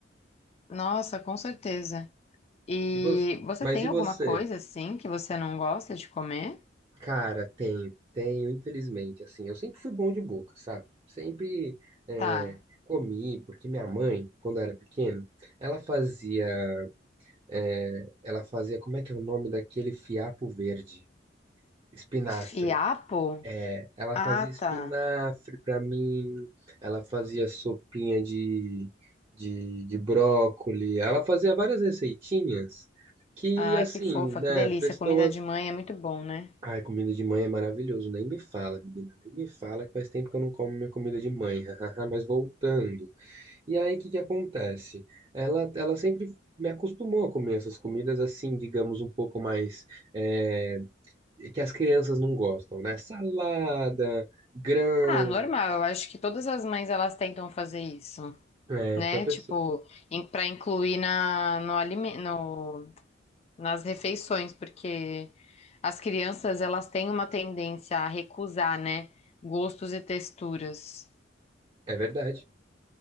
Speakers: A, on the left; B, on the right.
A: nossa, com certeza. E
B: E você,
A: você
B: mas
A: tem
B: e
A: alguma
B: você?
A: coisa assim que você não gosta de comer?
B: Cara, tenho, tenho, infelizmente, assim, eu sempre fui bom de boca, sabe? Sempre é,
A: Tá.
B: comi, porque minha mãe, quando eu era pequeno, ela fazia, é, ela fazia, como é que é o nome daquele fiapo verde? Espinafre.
A: Fiapo?
B: É, ela
A: Ah,
B: fazia
A: tá.
B: espinafre pra mim, ela fazia sopinha de, de, de brócoli, ela fazia várias receitinhas que,
A: Ah,
B: assim,
A: que fofa,
B: né,
A: que delícia.
B: pessoas
A: Comida de mãe é muito bom, né?
B: Ai, comida de mãe é maravilhoso. Nem me fala, menina. Nem me fala que faz tempo que eu não como minha comida de mãe. <laughs> hahaha, Mas voltando. E aí, o que que acontece? Ela, ela sempre me acostumou a comer essas comidas assim, digamos, um pouco mais. é, que as crianças não gostam, né? Salada, grão.
A: Ah, normal. Eu acho que todas as mães elas tentam fazer isso.
B: É,
A: né?
B: pra pessoa.
A: Tipo, para incluir na, no, alime- no, nas refeições, porque as crianças elas têm uma tendência a recusar, né? Gostos e texturas.
B: É verdade.